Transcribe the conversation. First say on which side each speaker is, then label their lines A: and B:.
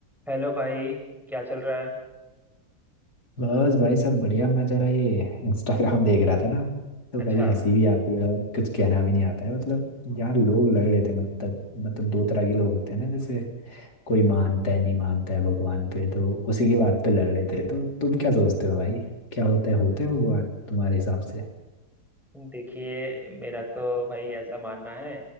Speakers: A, in the centre; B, on the left.
A: Hello भाई क्या चल रहा है
B: बस भाई सब बढ़िया मैं जरा ये इंस्टाग्राम देख रहा था ना तो भाई
A: अच्छा
B: हंसी भी आती है और कुछ कहना भी नहीं आता है मतलब यहाँ लोग लड़ रहे थे मतलब मतलब दो तरह के लोग होते हैं ना जैसे कोई मानता है नहीं मानता है भगवान पे तो उसी की बात पे लड़ रहे थे तो तुम क्या सोचते हो भाई क्या होता है होते हैं भगवान तुम्हारे हिसाब से
A: देखिए मेरा तो भाई ऐसा मानना है